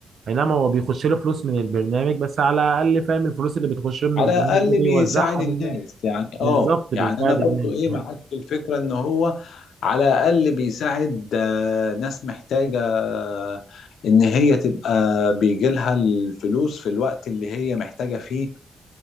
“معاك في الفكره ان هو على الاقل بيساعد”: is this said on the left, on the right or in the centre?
Left